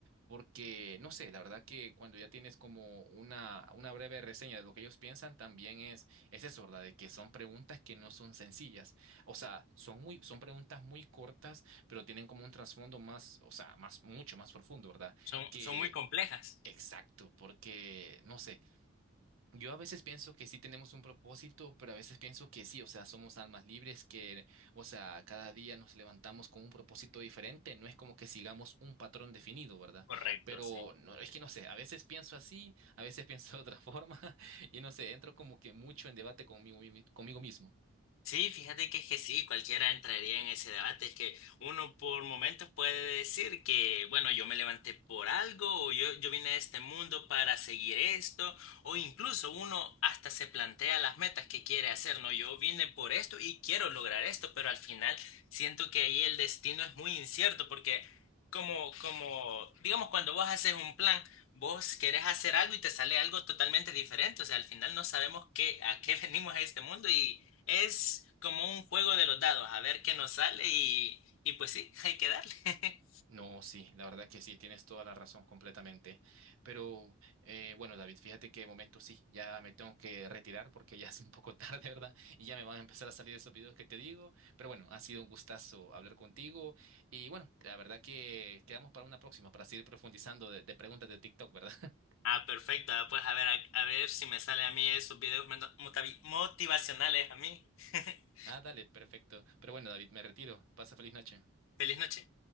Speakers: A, on the right; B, on the left.
A: porque, no sé, la verdad que cuando ya tienes como una, una breve reseña de lo que ellos piensan, también es, es eso, ¿verdad? De que son preguntas que no son sencillas. O sea, son muy, son preguntas muy cortas, pero tienen como un trasfondo más, o sea, más, mucho más profundo, ¿verdad?
B: Son,
A: Que,
B: son muy complejas.
A: exacto, porque, no sé. Yo a veces pienso que sí tenemos un propósito, pero a veces pienso que sí, o sea, somos almas libres que, o sea, cada día nos levantamos con un propósito diferente, no es como que sigamos un patrón definido, ¿verdad?
B: Correcto,
A: Pero
B: sí.
A: no, es que no sé, a veces pienso así, a veces <laughs> pienso de otra forma <laughs> y no sé, entro como que mucho en debate conmigo, mi- conmigo mismo.
B: Sí, fíjate que es que sí, cualquiera entraría en ese debate. Es que uno por momentos puede decir que, bueno, yo me levanté por algo, o yo, yo vine a este mundo para seguir esto, o incluso uno hasta se plantea las metas que quiere hacer, ¿no? Yo vine por esto y quiero lograr esto, pero al final siento que ahí el destino es muy incierto, porque como, como, digamos, cuando vos haces un plan, vos querés hacer algo y te sale algo totalmente diferente. O sea, al final no sabemos qué, a qué <laughs> venimos a este mundo y es como un juego de los dados, a ver qué nos sale y, y pues sí, hay que darle. <laughs>
A: No, sí, la verdad que sí, tienes toda la razón completamente. Pero eh, bueno, David, fíjate que de momento sí, ya me tengo que retirar porque ya es un poco <laughs> tarde, ¿verdad? Y ya me van a empezar a salir esos videos que te digo. Pero bueno, ha sido un gustazo hablar contigo. Y bueno, la verdad que quedamos para una próxima, para seguir profundizando de, de preguntas de TikTok, ¿verdad? <laughs>
B: Ah, perfecto. ah, Pues a ver, a, a ver si me sale a mí esos videos mento- motavi- motivacionales a mí. <laughs>
A: Ah, dale, perfecto. Pero bueno, David, me retiro. Pasa feliz noche.
B: Feliz noche.